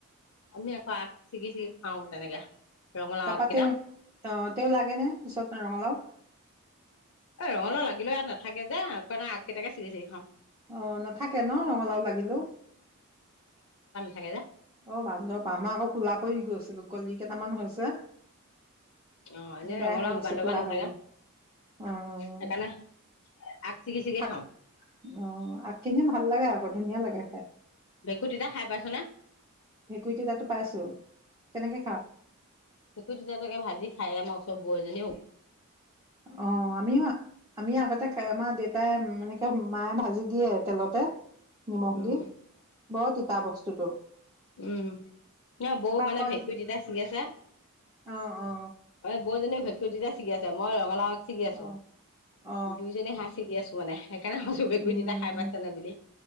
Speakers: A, on the left; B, on the right.
A: আমি আকৌ আগ ছিগি ছিগি খাও তেনেকে ৰঙালাও
B: তাৰাপা
A: আগ কেইটা
B: তেও অ' তেও লাগে নে পিছত ৰঙালাও?
A: এ ৰঙালাও লাগিলেও ইয়াত নাথাকে যে, সেইকাৰণে আগ কেইটাকে চিগি চিগি খাওঁ।
B: অ' নাথাকে ন' ৰঙালাও লাগিলেও
A: থাকে যে
B: অ' বান্দৰ, আমাৰ আকৌ কোলা পৰি গৈছে কলি কেইটামান হৈছে
A: অ এনে
B: বেয়া
A: ৰঙালাও
B: হৈ গৈছে
A: বান্দৰবান
B: কোলা
A: নাথাকে
B: হৈ গ'ল। অ'
A: সেইকাৰণে আগ ছিগি ছিগি
B: আগ
A: খাও
B: অ' আগখিনি ভাল লাগে আকৌ ধুনীয়া লাগে। <unintelligible>
A: ভেঁকু তিতা খাই পাইছ নে?
B: ভেকুই তিতাতো পাইছো। তেনেকে
A: ভেকুৰ তিতাটো একে ভাজি খাই আ মো বৌ জনী ঔ
B: অ' আমিও আ আমিয়ে আগতে খাই আমাৰ দেত তাই এনেকে মায়ে ভাজি দিয়ে তেলতে নিমখ
A: উম
B: দি বৰ তিতা বস্তু তটো
A: উম। ন বৌ মানে
B: আকৌ
A: ভেঁকুই তিতা চিঙি আছে।
B: অ অ
A: অ' এ বৌজনীয়ে ভেঁক কুই তিতা ছিগি আছে, মই ৰঙালাও আগ ছিগি আছো।
B: অ অ
A: দুইজনিয়ে হেয়া ছিগি আছো মানে সেইকাৰণে কৈছো ভেঁকুৰি
B: উম,
A: তিতা খাই পাইছে নে বুলি